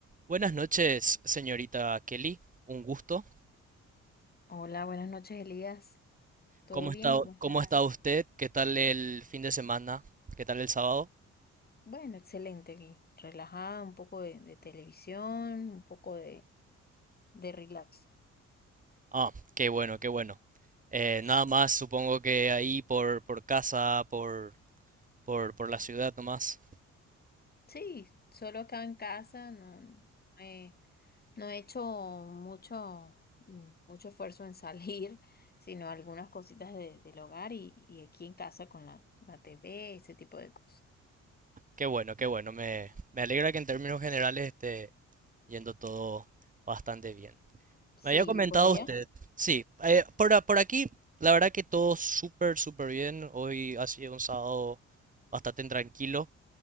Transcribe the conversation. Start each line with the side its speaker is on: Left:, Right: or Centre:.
Right: Buenas noches, señorita Kelly. Un gusto.
Left: Hola, buenas noches, Elías. ¿Todo
Right: ¿Cómo está,
Left: bien? ¿Cómo estás?
Right: cómo está usted? ¿Qué tal el fin de semana? ¿Qué tal el sábado?
Left: Bueno, excelente aquí. Relajada, un poco de, de televisión, un poco de, de relax.
Right: Ah, qué bueno, qué bueno. Eh,
Left: Sí.
Right: nada más, supongo que ahí por, por casa, por, por, por la ciudad nomás.
Left: Sí, solo acá en casa, no, no he, no he hecho mucho, mm, mucho esfuerzo en salir, <laughs> sino algunas cositas de- del hogar y, y aquí en casa con la, la TV, ese tipo de cosas.
Right: Qué bueno, qué bueno. Me, me alegra que en términos generales esté yendo todo bastante bien.
Left: Sí,
Right: Me había comentado
Left: por allá.
Right: usted. Sí, eh, por, a- por aquí, la verdad que todo súper, súper bien. Hoy ha sido un sábado bastante tranquilo.